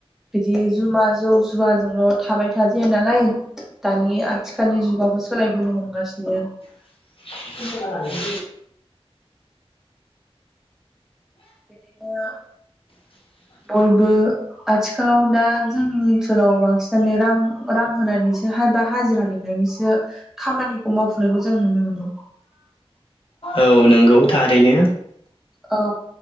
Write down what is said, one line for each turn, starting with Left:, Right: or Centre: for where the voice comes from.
Centre: बिदि जुमा जौ जुवाजोंल' थाबाय थाजाया नालाय दानि आथिखालनि जुगाबो सोलायबोनो हमगासिनो।
Left: <unintelligible>
Centre: बिदिनो
Left: <unintelligible>
Centre: बयबो आथिखालाव दा जोंनि ओनसोलाव बांसिनानो रां रां होनानैसो हा दा हाजिरा लिंनानैसो खामानिखौ मावफुंनायखौ जों नुनो मोनो।
Left: औ नंगौ थारैनो।
Centre: औ